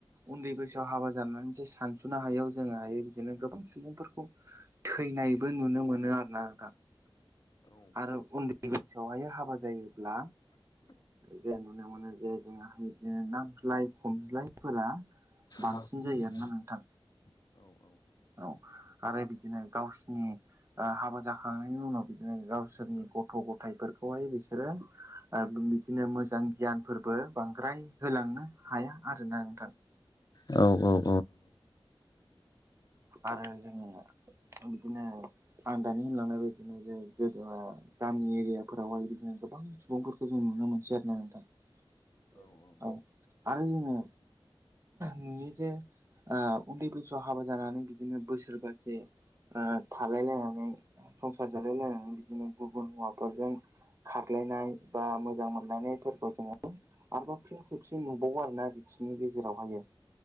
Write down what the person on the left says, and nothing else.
औ
औ औ ।